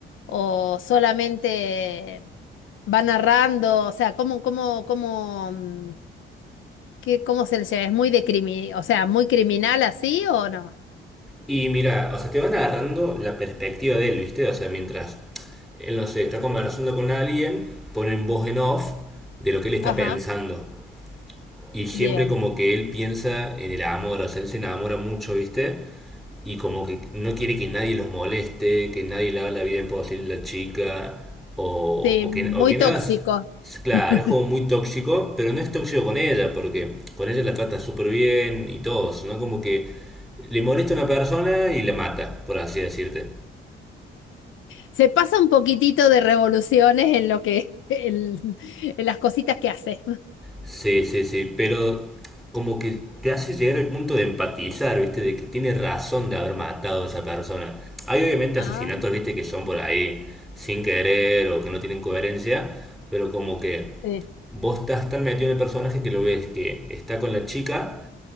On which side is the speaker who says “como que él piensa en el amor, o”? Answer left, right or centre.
Centre